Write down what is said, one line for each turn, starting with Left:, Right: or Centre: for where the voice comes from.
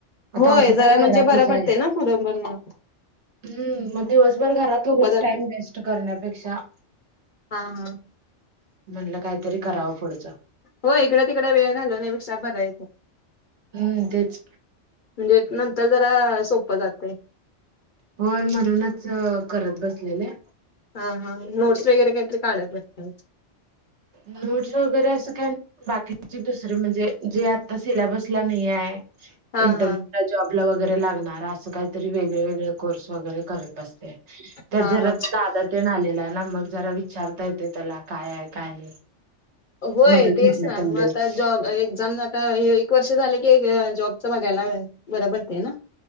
Right: आता
Left: होय
Right: असं
Left: जरा
Right: पण
Left: म्हणजे
Right: घरातच
Left: बरं पडते
Right: आहे.
Left: ना पुुढं पण म
Right: हम्म मग दिवसभर घरात रोज
Left: जाते
Right: टाइम वेस्ट करण्यापेक्षा.
Left: हा हा
Right: म्हटलं काहीतरी करावं पुढचं.
Left: हो इकड तिकड वेळ घालण्यापेक्षा बराय
Right: हम्म तेच
Left: म्हणजे नंतर जरा सोपं जातय.
Right: होय म्हणूनच करत बसलेले.
Left: हा हा नोट्स वगैरे काहीतरी काढत असतात.
Right: नोट्स वगैरे असं काय बाकीचे दुसर म्हणजे जे आता सिलेबसला नाही आहे.
Left: हा
Right: इंटरव्ह्यू
Left: हा
Right: ला जॉब ला वगैरे लागणार असं काहीतरी वेगळे वेगळे कोर्स वगैरे करत बसते. त्यात
Left: हा
Right: जरा
Left: हा
Right: त दादा तेन आलेला आहे ना मग जरा विचारता येते त्याला काय आहे काय नाही.
Left: होय
Right: मदत
Left: तेच
Right: होत्या
Left: ना
Right: तेवढेच
Left: मग आता जॉब एक्झाम झालं वर्ष झालं की एक जॉबचं बघायला बर पडते न.